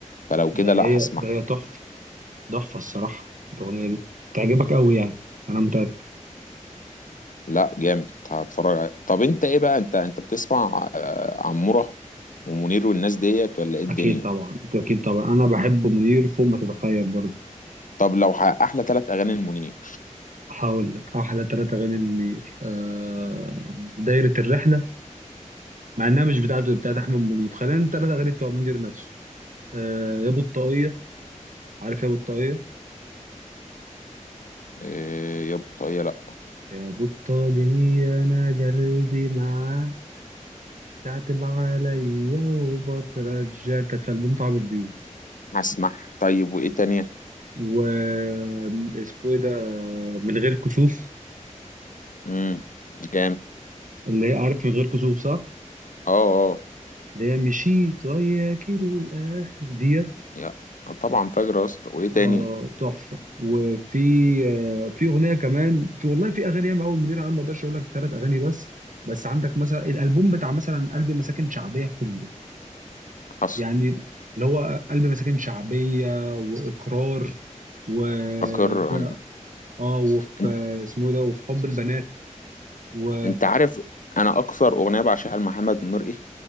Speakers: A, on the left (about 80°); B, on the right (about 75°).
A: فلو
B: ده
A: كده
B: هي
A: لا هسمعها
B: ده هي تحفة تحفة الصراحة الأغنية دي تعجبك أوي يعني أنا متأكد
A: لا جامد هتفرج عليها. طب انت ايه بقى انت انت بتسمع آه، عمورة ومنير والناس ديت ولا ايه الدنيا
B: أكيد طبعا أكيد طبعا أنا بحب منير فوق ما تتخيل برضه
A: طب لو ح- احلى ثلاث اغاني المنير
B: هقول لك أحلى تلاتة أغاني لمنير آه دايرة الرحلة مع إنها مش بتاعته بتاعت أحمد منير خلينا التلاتة أغاني بتوع منير نفسه آه يا بطاقية عارف يا بطاقية
A: إيه يا بطاقية لا
B: يا بطاقية أنا قلبي معاك تعتب عليا وبترجاك كانت في ألبوم طعم البيوت
A: هسمع طيب وايه تانية
B: و اسمه ايه ده آه، من غير كسوف
A: امم جامد
B: اللي هي عارف من غير كسوف صح؟
A: اه اه
B: اللي هي مشيت وياك للآخر ديت
A: يا طبعا فجر يا اسطى وايه تاني
B: اه تحفة وفي آه في أغنية كمان في والله في أغاني ياما أوي منير أنا ما أقدرش أقول لك ثلاث أغاني بس بس عندك مثلا الألبوم بتاع مثلا قلب مساكن شعبية كله
A: حصل
B: يعني اللي هو قلب مساكن شعبية وإقرار و
A: فاكر
B: ف-
A: انا
B: اه وفي
A: انت
B: اسمه إيه ده وفي حب البنات و
A: أنت عارف انا اكثر اغنيه بعشقها لمحمد منير ايه